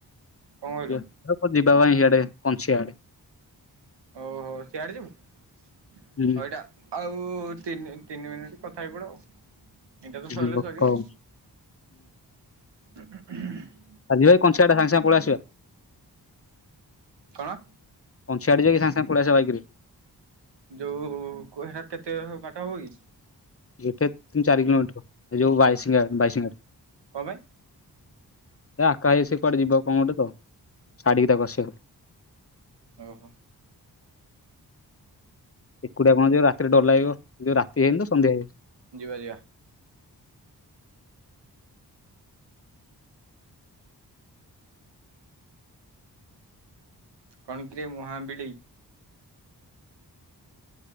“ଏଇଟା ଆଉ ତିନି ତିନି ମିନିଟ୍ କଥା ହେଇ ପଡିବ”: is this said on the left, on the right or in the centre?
Right